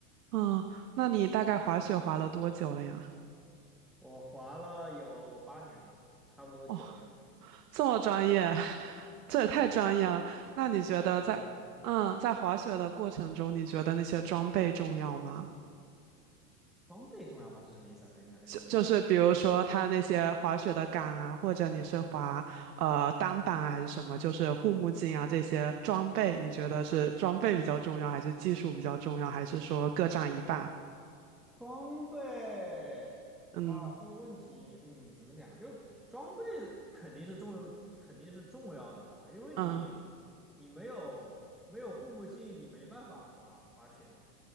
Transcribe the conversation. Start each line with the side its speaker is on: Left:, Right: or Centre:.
Right: 嗯，那你大概滑雪滑了多久了呀？
Centre: 我滑了有八年了，差不多九年了。
Right: 哦，这么专业，<laughs>
Centre: 对对对，
Right: 这也太专业了。那你觉得在嗯在滑雪的过程中，
Centre: 滑了挺久了
Right: 你觉得那些装备重要吗？
Centre: 装备重要吗？是什么意思啊？等一下这个问题。
Right: 就是比如说它那些滑雪的杆啊，或者你是滑呃单板啊还是什么，就是护目镜啊这些装备，你觉得是装备比较重要，还是技术比较重要，还是说各占一半？
Centre: 装备啊，
Right: 嗯
Centre: 这个问题，嗯，怎么讲？就装备肯定是重，肯定是重要的吧，因为你
Right: 嗯
Centre: 你没有没有护目镜，你没办法滑滑雪啊。